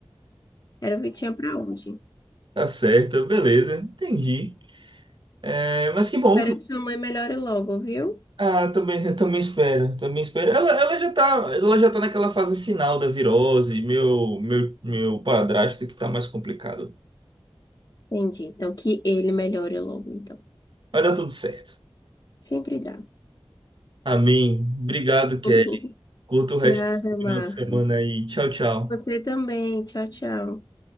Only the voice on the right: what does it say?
Tá certo, beleza, entendi. É, mas que bom
que.
Ah, também, eu também espero, também espero. Ela, ela já tá, ela já tá naquela fase final da virose, meu, meu, meu padrasto que tá mais complicado.
Vai dar tudo certo.
Amém. Obrigado, Kelly.
Curta o resto
do seu
final de semana aí. Tchau, tchau.